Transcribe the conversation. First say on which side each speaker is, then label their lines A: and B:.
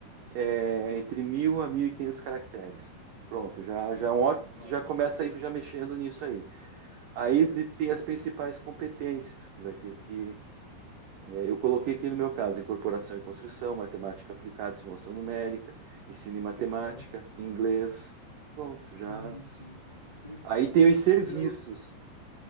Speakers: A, on the right; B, on the left.
A: é, entre 1.000 a 1.500 caracteres. Pronto, já,
B: Perfeito,
A: já, é um ótimo-
B: ótimo.
A: já começa aí já mexendo nisso aí. Aí
B: Certo.
A: de- tem as principais competências que vai ter que É, eu coloquei aqui no meu caso, incorporação e construção, matemática aplicada, simulação numérica, ensino em matemática,
B: Aham.
A: inglês. Pronto,
B: Sim,
A: já.
B: sim, perfeito.
A: Aí tem os serviços,
B: Não, mas eu,